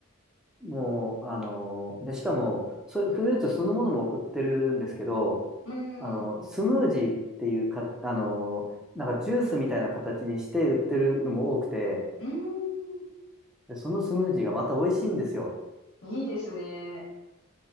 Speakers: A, in the centre; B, on the left.
A: もう、あの、で、しかも、そ、フルーツそのものも売ってるんですけど、
B: う
A: あの、
B: ん。
A: スムージーっていうか、あの、なんかジュースみたいな形にして売ってるのも多くて、
B: うん。
A: で、そのスムージーがまた美味しいんですよ。
B: いいですね。